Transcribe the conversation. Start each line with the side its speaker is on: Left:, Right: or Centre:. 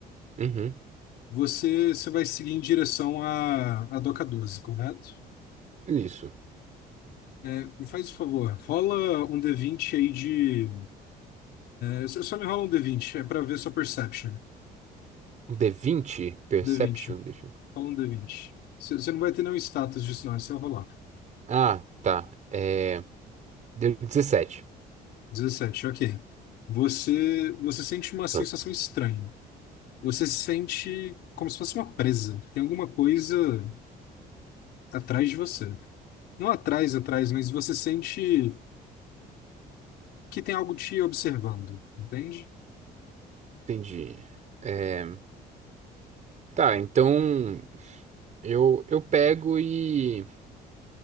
Right: uhum,
Left: Você, você vai seguir em direção à, à Doca 12, correto?
Right: isso.
Left: É, me faz o favor, rola um D20 aí de Você só me rola um D20, é pra ver sua perception.
Right: Um d vinte Perception,
Left: D20.
Right: deixa eu...
Left: Rola um D20. Você você não vai ter nenhum status disso, não, é só rolar.
Right: Ah, tá. É, deu 17.
Left: dezessete ok. Você, você sente uma sensação
Right: Tá.
Left: estranha. Você se sente como se fosse uma presa. Tem alguma coisa atrás de você. Não atrás, atrás, mas você sente que tem algo te observando, entende?
Right: Entendi. É, Tá, então eu, eu pego e,